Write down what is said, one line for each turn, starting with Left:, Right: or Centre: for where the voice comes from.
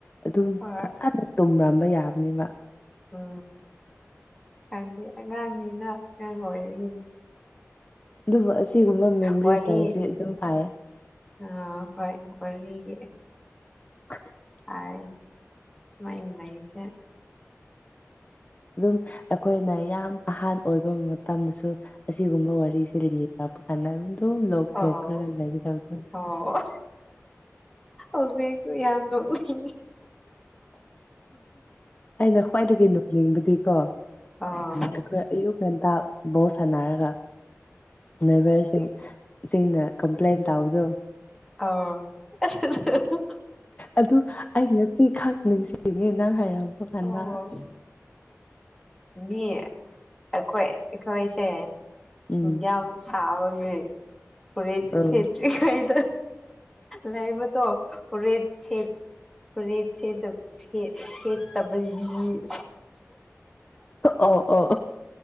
Left: ꯑꯗꯨꯝ
Centre: ꯍꯣꯏ
Left: ꯐꯖꯅ ꯇꯨꯝꯔꯝꯕ ꯌꯥꯕꯅꯤꯕ
Centre: ꯍ ꯈꯪꯗꯦ ꯑꯉꯥꯡꯅꯤꯅ ꯑꯉꯥꯡ ꯑꯣꯏꯔꯤꯉꯅꯤ
Left: ꯑꯗꯨꯕꯨ ꯑꯁꯤꯒꯨꯝꯕ ꯃꯦꯃꯣꯔꯤꯁ
Centre: ꯋꯥꯔꯤ
Left: ꯂꯩꯁꯦ ꯑꯗꯨꯝ ꯐꯩꯑꯦ
Centre: ꯑ ꯍꯣꯏ ꯑꯣꯏꯕꯤꯒꯦ
Left: <inaudible>
Centre: ꯍꯥꯏ ꯁꯨꯃꯥꯏꯅ ꯅꯩꯕꯥ ꯖꯠꯅꯦ
Left: ꯑꯗꯨꯝ ꯑꯩꯈꯣꯏꯅ ꯌꯥꯝ ꯑꯍꯥꯟ ꯑꯣꯏꯕ ꯃꯇꯝꯗꯁꯨ ꯑꯁꯤꯒꯨꯝꯕ ꯋꯥꯔꯤꯁꯦ ꯂꯤꯔꯛꯄ ꯀꯥꯟꯗ ꯑꯗꯨꯝ
Centre: ꯑꯧ
Left: ꯅꯣꯛꯔꯒꯥ ꯂꯩꯒꯗꯝꯗꯣ
Centre: ꯑꯧ ꯍꯧꯖꯤꯛꯁꯨ ꯌꯥꯝ ꯅꯣꯛꯅꯤꯡꯉꯦ꯫
Left: ꯑꯩꯅ ꯈ꯭ꯋꯥꯏꯗꯒꯤ ꯅꯣꯛꯅꯤꯡꯕꯗꯤꯀꯣ
Centre: ꯑꯥ
Left: ꯑꯩꯈꯣꯏ ꯑꯌꯨꯛ ꯉꯟꯇꯥ ꯕꯣꯜ ꯁꯥꯟꯅꯔꯒꯥ ꯅꯩꯕꯥꯔ ꯁꯤꯡ ꯁꯤꯡꯅꯥ ꯀꯝꯄ꯭ꯂꯦꯟ ꯇꯧꯕꯗꯣ
Centre: ꯑ <unintelligible>
Left: ꯑꯗꯨ ꯑꯩ ꯉꯥꯁꯤ ꯈꯛ ꯅꯤꯡꯁꯤꯡꯉꯦ ꯅꯪ ꯍꯥꯏꯔꯛꯄ ꯀꯥꯟꯗ
Centre: ꯑꯣ ꯃꯤ ꯑꯩꯈꯣꯏ ꯑꯩꯈꯣꯏꯁꯦ
Left: ꯎꯝ
Centre: ꯌꯥꯝ ꯁꯕꯥꯒꯤ ꯐꯨꯔꯤꯠ
Left: ꯑꯧ
Centre: ꯁꯦꯠꯇꯔꯤ ꯉꯥꯏꯗ ꯂꯩꯕꯗꯣ ꯐꯨꯔꯤꯠ ꯁꯦꯠ ꯐꯨꯔꯤꯠ ꯁꯦ ꯁꯦꯠꯇꯕꯒꯤ
Left: ꯑꯣ ꯑꯣ